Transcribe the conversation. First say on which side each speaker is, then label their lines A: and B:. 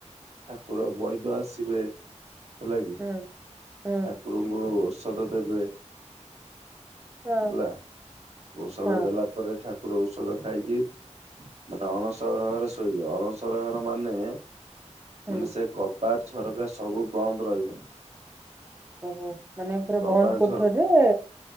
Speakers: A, on the right (about 60°); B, on the right (about 20°).
A: ଠାକୁର ବୈଦାସ ହୁଏ ହେଲାକି
B: ହୁଁ ହୁଁ
A: ଠାକୁରଙ୍କୁ ଔଷଧ ଦେବେ।
B: ହଁ
A: ହେଲା ଔଷଧ
B: ହଁ
A: ଦେଲା ପରେ ଠାକୁର ଔଷଧ ଖାଇକି ମାନେ ଅଣସର ଘରେ ଶୋଇବେ ଅଣସର ଘର ମାନେ
B: ହୁଁ।
A: ମାନେ ସେ କବାଟ ଝରକା ସବୁ ବନ୍ଦ ରହିବ।
B: ଓହୋ ମାନେ ପୁରା
A: କବାଟ
B: ବନ୍ଦ କୋଠିରିରେ
A: ଝର